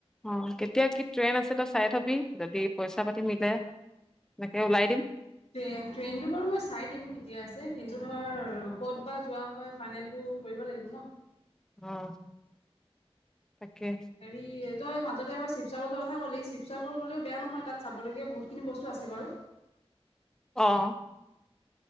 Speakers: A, in the centre; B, on the left (about 80°).
A: অঁ কেতিয়া কি ট্ৰেইন আছে তই চাই থ'বি, যদি পইচা পাতি মিলে এনেকে ওলাই দিম।
B: ট্ৰেইনটো বাৰু মই চাই দিম কেতিয়া আছে, কিন্তু ধৰ ক'ত বা যোৱা হয় ফাইনেলটো। কৰিব লাগিব ন'।
A: অ' তাকে।
B: হেৰি তই মাজতে এবাৰ শিৱসাগৰ যোৱা কথা ক'লি, শিৱসাগৰ গ'লেও বেয়া নহয় তাত চাবলগীয়া বহুতখিনি বস্তু আছে বাৰু।
A: অ'।